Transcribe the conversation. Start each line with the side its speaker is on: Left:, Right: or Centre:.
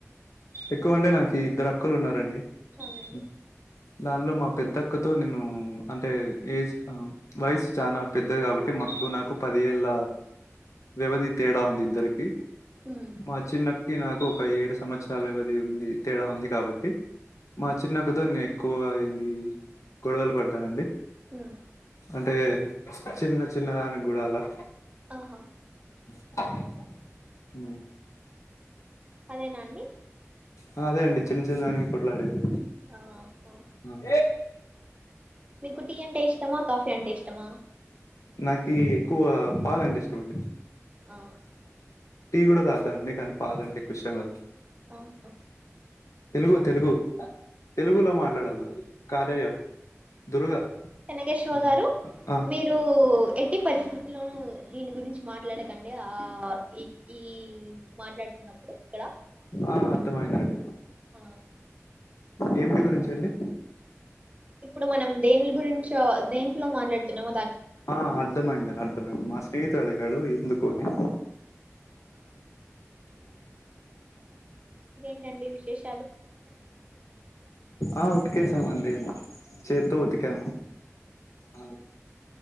Left: ఎక్కువ అంటే నాకి ఇద్దరు అక్కలు ఉన్నారండి
Right: అవునండి
Left: హ్మ్. దానిలో మా పెద్దక్కతో నేను అంటే ఏజ్ ఆ వైస్ చానా పెద్దది కాబట్టి మాకుకు నాకు పది ఏళ్ళ వ్యవధి తేడా ఉంది ఇద్దరికి
Right: మ్మ్
Left: మా చిన్నకి నాకు ఒక ఏడు సంవత్సరాల వ్యవధి ఉంది తేడా ఉంది కాబట్టి మా చిన్నకతో నేను ఎక్కువ ఏంది గొడవలు పడ్డానండి
Right: మ్మ్
Left: అంటే చిన్న చిన్న దానికి కూడా అలా
Right: ఆహా
Left: ఉ
Right: అదేనా అండి
Left: ఆ అదే అండి చిన్న చిన్న దానికి కొట్లాడేది
Right: ఆహా
Left: ఆ
Right: మీకు టీ అంటే ఇష్టమా కాఫీ అంటే ఇష్టమా
Left: నాకి ఎక్కువ పాలంటే ఇష్టమండి
Right: ఆ
Left: టీ కూడా తాగుతానండి కానీ పాలంటే ఎక్కువ ఇష్టం కద్
Right: ఆహా
Left: తెలుగు తెలుగు తెలుగులో మాట్లాడాల కార్యయం దుర్గా
Right: కనకేశ్వ
Left: ఆ
Right: గారు
Left: ఆ
Right: మీరు ఎట్టి పరిస్థితుల్లోనూ దీని గురించి మాట్లాడక కండి ఆ ఈ ఈ మాట్లాడుతున్నప్పుడు ఇక్కడ
Left: ఆ, అర్థమైందండి
Right: ఆ
Left: ఏమిటి గురించండి
Right: ఇప్పుడు మనం దేనిల గురించో దేంట్లో మాట్లాడుతున్నాం
Left: ఆ అర్ధమైంది అర్థమైంది మా స్నేహితాళి గడు ఎందుకోని
Right: ఇంకేంటండి విశేష్
Left: ఆ ఉతికేసామండి చేత్తో ఉతికాము ఆ